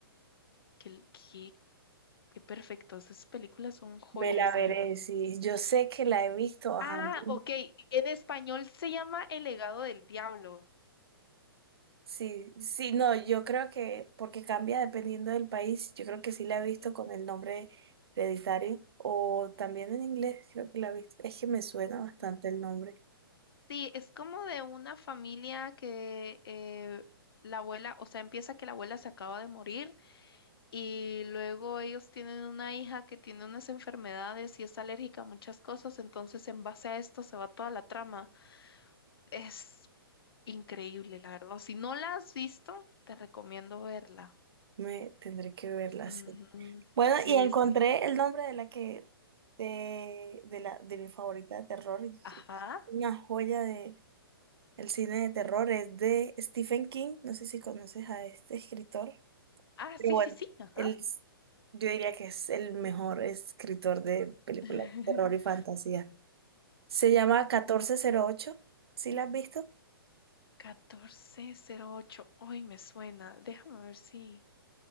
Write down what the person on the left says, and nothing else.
Qué, qué, qué perfectos, esas películas son joyas,
de verdad.
Ah, ok, en español se llama El legado del diablo.
Ujú,
ujú.
Sí, es como de una familia que eh, la abuela, o sea, empieza que la abuela se acaba de morir Y luego ellos tienen una hija que tiene unas enfermedades y es alérgica a muchas cosas, entonces en base a esto se va toda la trama. Es increíble, la verdad. Si no la has visto, te recomiendo verla.
Ujú.
Sí,
sí.
Ajá.
Ah,
sí,
sí, sí. Ajá.
<laughs>
catorce cero ocho Ay, me suena. Déjame ver si.